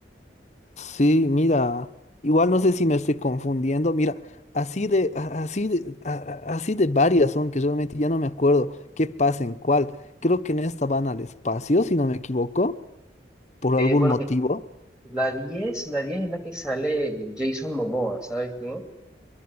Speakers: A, on the left; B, in the centre.
A: Sí, mira, igual no sé si me estoy confundiendo, mira, así de, a- así de, a- a- así de varias son que realmente ya no me acuerdo qué pasa en cuál. Creo que en esta van al espacio, si no me equivoco. por
B: Eh,
A: algún
B: bueno,
A: motivo.
B: eh, la diez, la 10 es la que sale Jason Momoa, ¿sabes quién?